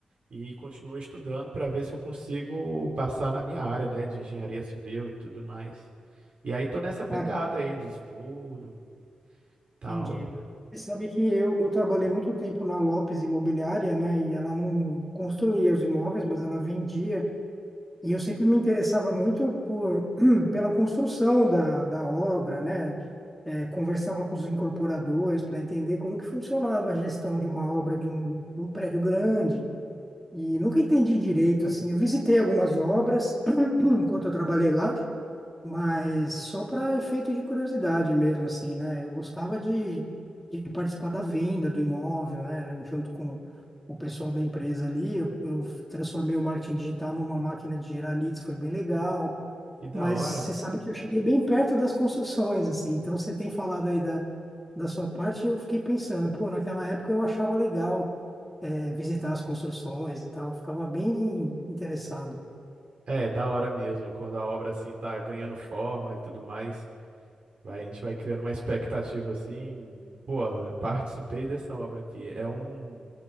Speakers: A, on the right; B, in the centre.
A: e continuo estudando para ver se eu consigo passar na minha área, né, de engenharia civil e tudo mais. E aí tô nessa pegada
B: Ah,
A: aí de estudo, tal,
B: Entendi.
A: pra-
B: Você sabe que eu, eu trabalhei muito tempo na Lopes Imobiliária, né? E ela não construía os imóveis, mas ela vendia. E eu sempre me interessava muito por, <clears throat> pela construção da, da obra, né? Eh, conversava com os incorporadores para entender como que funcionava a gestão de uma obra de um, de um prédio grande. E nunca entendi direito, assim. Eu visitei algumas obras <clears throat> enquanto eu trabalhei lá, mas só para efeito de curiosidade mesmo, assim, né? Eu gostava de, de participar da venda do imóvel, né? Junto com o pessoal da empresa ali, eu, eu transformei o marketing digital numa máquina de gerar leads, foi bem legal.
A: que da
B: Mas
A: hora.
B: você sabe que eu cheguei bem perto das construções, assim. Então você tem falado aí da, da sua parte, eu fiquei pensando, pô, naquela época eu achava legal, eh, visitar as construções e tal, eu ficava bem interessado.
A: É, da hora mesmo, quando a obra assim tá ganhando forma e tudo mais. Vai, a gente vai criando uma expectativa assim, pô, participei dessa obra aqui. É um,